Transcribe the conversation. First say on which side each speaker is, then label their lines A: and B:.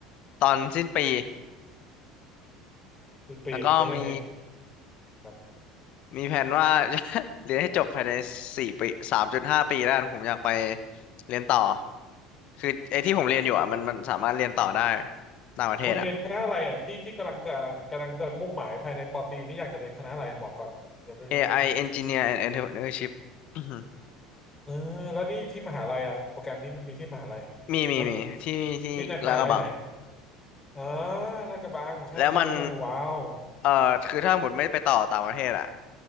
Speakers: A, on the left; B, on the left.
A: ตอนสิ้นปี
B: สิ้นปีแล้วยังไง
A: แล้วก็มี
B: ครับ
A: มีแผนว่า <laughs> เรียนให้จบภายในสี่ปีสามจุดห้าปีแล้วกันผมอยากไปเรียนต่อคือไอ้ที่ผมเรียนอยู่อ่ะมันมันสามารถเรียนต่อได้ต่างประเทศอ่ะ
B: คุณเรียนคณะอะไรอ่ะที่ที่กำลังจะกำลังจะมุ่งหมายภายในปอตรีนี่อยากจะเรียนคณะอะไรบอกก่อนยังไม่รู้เลย
A: AI Engineer and Entrepreneurship อื้อหือ
B: เออแล้วนี่ที่มหาลัยอ่ะโปรแกรมนี้มันมีที่มหาลัย
A: มีมีมีที่ที่ลาดกระบัง
B: นะที่ไหนมหาลัยไหนอ๋อลาดกระบังใช่ใช่ใช่ว้าว
A: แล้วมันเอ่อคือถ้าหมดไม่ไปต่อต่างประเทศอ่ะ